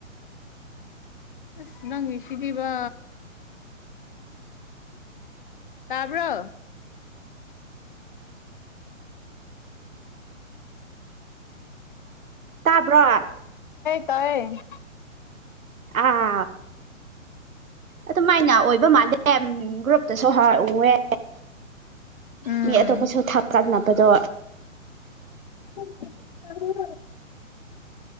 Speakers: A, on the left; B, on the right.
A: ꯑꯁ ꯅꯪꯅꯁꯤꯗꯤꯕ ꯇꯥꯕ꯭ꯔꯣ
B: ꯇꯥꯕ꯭ꯔꯣ
A: ꯇꯔꯌꯦ
B: ꯑꯥ ꯑꯗꯨꯃꯥꯏꯅ ꯑꯣꯏꯕ ꯃꯥꯜꯂꯦ ꯒ꯭ꯔꯨꯞꯇꯁꯨ ꯍꯥꯔꯎꯑꯦ
A: ꯎꯝ
B: ꯃꯤ ꯑꯇꯣꯞꯄꯁꯨ ꯊꯥꯒꯠꯅꯕꯗꯣ
A: ꯑ